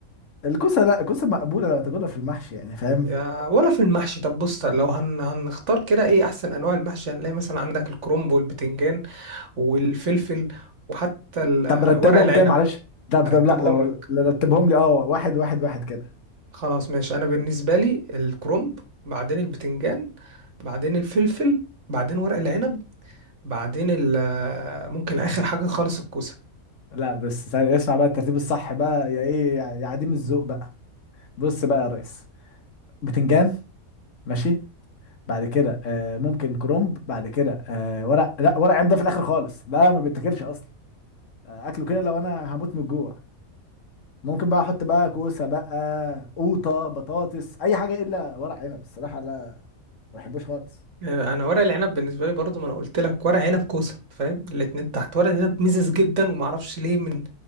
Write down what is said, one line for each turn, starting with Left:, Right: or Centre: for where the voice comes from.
Left: الكوسه لا الكوسه مقبوله لو تاكلها في المحشي يعني فاهم
Right: يا ولا في المحشي طب بص لو هن... هنختار كده ايه احسن انواع المحشي هنلاقي مثلا عندك الكرنب والبتنجان والفلفل وحتى ال-
Left: طب رتبهم
Right: ورق العنب
Left: كده معلش طب
Right: ارتبهم
Left: طب لا لو
Right: لك
Left: لو رتبهم لي اه واحد واحد واحد كده
Right: خلاص ماشي انا بالنسبه لي الكرنب بعدين البتنجان بعدين الفلفل بعدين ورق العنب بعدين ال... ممكن اخر حاجه خالص الكوسه
Left: لا بس ثانية، اسمع بقى الترتيب الصح بقى يا ايه يا يا عديم الذوق بقى بص بقى يا ريس بتنجان ماشي بعد كده آه ممكن كرومب بعد كده آه ورق لا ورق عنب ده في الاخر خالص ده ما بيتاكلش اصلا آه اكله كده لو انا هموت من الجوع ممكن بقى احط بقى كوسه بقى قوطه بطاطس اي حاجه الا ورق عنب الصراحه لا ما بحبوش خالص
Right: آه، انا ورق العنب بالنسبه لي برضو ما انا قلت لك ورق عنب كوسه فاهم الاتنين تحت ورق العنب مزز جدا وما اعرفش ليه من